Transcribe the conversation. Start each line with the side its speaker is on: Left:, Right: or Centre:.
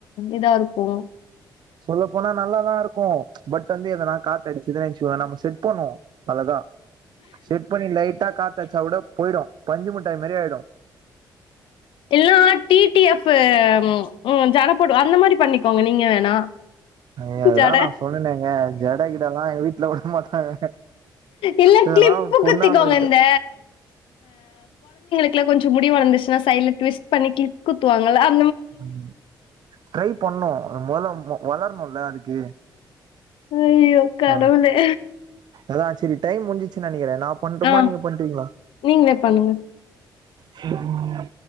Left: இதாருக்கு
Right: சொல்லப் போனா நல்லாதா இருக்கு பட் வந்து எதனா காத் அடிச்இதாயிற்சிவ நம்ம செட் பண்வோ அழகா செட் பண்ணி லைட்டா காத்தச்சா கூட பொய்டு பஞ்சு மூட்டாய் மெரி ஆய்டு
Left: ல்லா டிடிஎஃப்ஃபு ம் ஜடப்போடு அந்த மாரி பண்ணிக்கோங்க நீங்க வேணா
Right: இ அதுதா
Left: ஜட.
Right: நா சொன்னனேங்க ஜட கிடலா எங் வீட்ல உட மாட்டாங்க
Left: இல்ல
Right: இதல்லாவு
Left: கிளிப்பு
Right: பொண்ணா
Left: குத்திக்கோங்க.
Right: மாரிட்ட
Left: இந்த க்ல கொஞ்சு முடிவு வளந்துச்சுனா சைட்ல விஸ்ட் பண்ணி க்ளிப் குத்துவாங்கள்ளா அப்
Right: உம் ட்ரை பண்ணு மு வளரணும்ல அதுக்கு
Left: ஐயோ கடவுளே!
Right: ஆஹ் அதா செரி டைம் முஞ்சச்சுருச்சுனு நெனைக்கிற நா பண்ணடுமா
Left: ஆ.
Right: நீங்க பண்றீங்களா
Left: நீங்களே பண்ணுங்க.
Right: சரிவ